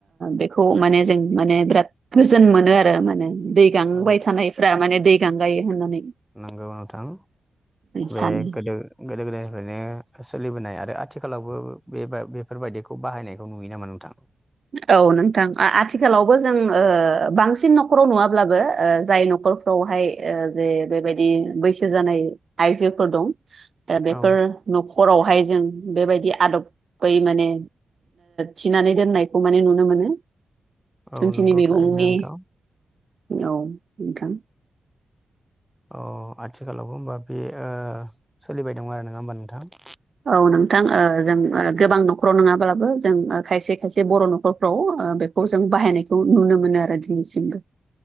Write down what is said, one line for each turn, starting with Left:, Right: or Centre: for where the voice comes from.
Right: बेखौ माने जों माने बिराद गोजोन मोनो आरो माने दै गांबाय
Centre: औ
Right: थानायफ्रा माने दै गांांगायो होननानै
Centre: नांगौाव थां
Right: सानो
Centre: बे गोदो गोदो गोदायनिफ्रायनो सोलिबोनाय आरो आथिखालावबो बे बेफोरबायदिखौ बाहायनायखौ नुयो नामा नोंथां
Right: औ नोंथां आथिखालावबो जों बांसिन न'खराव नुवाब्लाबो जाय न'खर फावहाय जे बेबायदि बैसो जानाय आइजोफोर दं दा बेफोर
Centre: औ
Right: न'खरावहाय जों बेबायदि आदबै माने थिनानै दोननाय माने नुनो मोनो
Centre: औ
Right: जोंथिनि
Centre: नंगौ
Right: मैगंनि
Centre: थारैनो नोंथां
Right: औ नोंथां
Centre: अ आथिखालावबो होमबा बे सोलिबाय दं आरो नङा होमबा नोंथाङा
Right: औ नोंथां जों गोबां न'खराव नङाब्लाबो जों खायसे खायसे बर' न'खरफ्राव बे खौ जों बाहायनायखौ नुनो मोनो आरो दिनैसिमबो